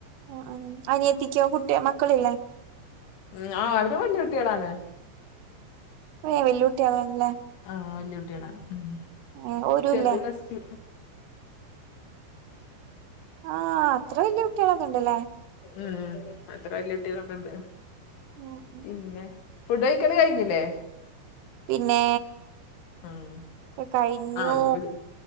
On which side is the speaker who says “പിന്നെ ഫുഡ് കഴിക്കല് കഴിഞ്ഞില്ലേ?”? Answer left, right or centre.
Left